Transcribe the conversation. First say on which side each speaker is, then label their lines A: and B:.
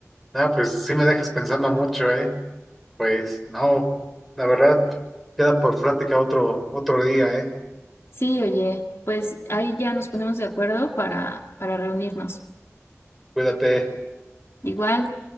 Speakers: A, in the centre; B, on the left.
A: Ah, pues sí me dejas pensando mucho, ¿eh? Pues no, la verdad, queda por plática otro, otro día, ¿eh?
B: Sí, oye, pues ahí ya nos ponemos de acuerdo para, para reunirnos.
A: Cuídate.
B: Igual.